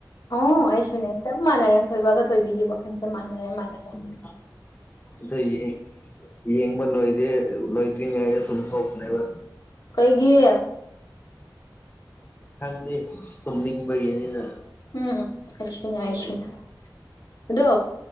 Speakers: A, on the left (about 60°); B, on the left (about 25°).
A: ꯑꯣ ꯑꯩꯁꯨꯅꯦ ꯆꯞ ꯃꯥꯟꯅꯔꯦ ꯊꯣꯏꯕꯒ ꯊꯣꯏꯕꯤꯒꯤ ꯋꯥꯈꯜꯁꯦ ꯃꯥꯟꯅꯔꯦ ꯃꯥꯟꯅꯔꯦ
B: ꯎꯝ ꯑꯗꯨꯌꯦꯡ ꯌꯦꯡꯕ ꯂꯣꯏꯗꯦ ꯂꯣꯏꯗ꯭ꯔꯤꯉꯩꯗ ꯄꯨꯨꯝꯊꯣꯛꯈꯔꯦꯕ
A: ꯀꯩꯒꯤ
B: ꯈꯪꯗꯦ ꯇꯨꯝꯅꯤꯡꯕꯒꯤꯅꯤꯅ
A: ꯎꯝ ꯑꯩꯁꯨꯅꯤ ꯑꯩꯁꯨꯅꯤ ꯑꯗꯣ